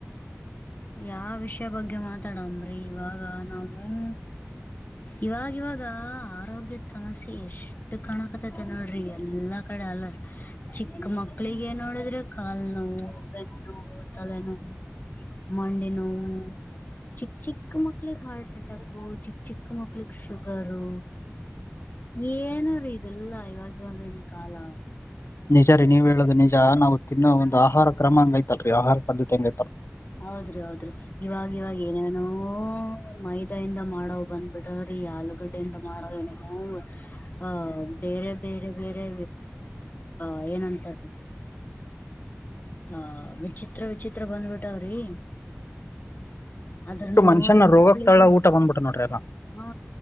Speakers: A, on the left; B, on the left.
A: ಯಾವ ವಿಷಯ ಬಗ್ಗೆ ಮಾತಾಡಮ್ರಿ ಇವಾಗ ನಾವೂ ಇವಾಗ ಇವಾಗ ಆರೋಗ್ಯದ ಸಮಸ್ಯೆ ಎಷ್ಟ್ ಕಾಣಕತೈತೆ ನೋಡ್ರಿ ಎಲ್ಲಾ ಕ ಅಲ್ಲ ಚಿಕ್ಕ ಮಕ್ಳಿಗೆ ನೋಡಿದ್ರೆ ಕಾಲ್ ನೋವು ಬೆನ್ನು ನೋವು ತಲೆ ನೋವು ಮಂಡಿ ನೋವು ಚಿಕ್ಕ ಚಿಕ್ಕ ಮಕ್ಳಗ್ ಹಾರ್ಟ್ ಅಟ್ಯಾಕು ಚಿಕ್ಕ ಚಿಕ್ಕ ಮಕ್ಳಗ್ ಶುಗರು ಏನಾರೀ ಇದೆಲ್ಲಾ ಇವಾಗ ಒಂದನ್ ಕಾಲ
B: ನಿಜ ರೀ ನೀವ್ ಹೇಳುದ ನಿಜ ನಾವು ತಿನ್ನೋ ಒಂದು ಆಹಾರ ಕ್ರಮ ಹಂಗೈ್ತಾ ರೀ ಆಹಾರ ಪದ್ಧತಿ ಹಂಗಯ್ತಲ್
A: ಹೌದ್ರಿ ಹೌದ್ರಿ ಇವಾಗ ಇವಾಗ ಏನೇನೋ ಮೈದಾಯಿಂದ ಮಾಡೋ್ ಬಂದ್ಬಿಟೀ ಆಲೂಗಡ್ಡೆಯಿಂದ ಮಾಡವ ಏನೋ ಅ ಬೇರೆ ಬೇರೆ ಬೇರೆ ಅ ಏನಂತ ಹ ವಿಚಿತ್ರ ವಿಚಿತ್ರ ಬಂದ್ಬಿಟ್ಟಾವ್ರಿ ಅದ್ರ ನೋಡಿ
B: ಮನುಷ್ಯನ
A: ಮಕ್ಕಳಿಗೂ
B: ರೋಗಕ್ ತಳ ಊಟ ಬಂದ್ಬಿಟ್ಟ ನೋಡ್ರಿ ಅದ
A: ಹ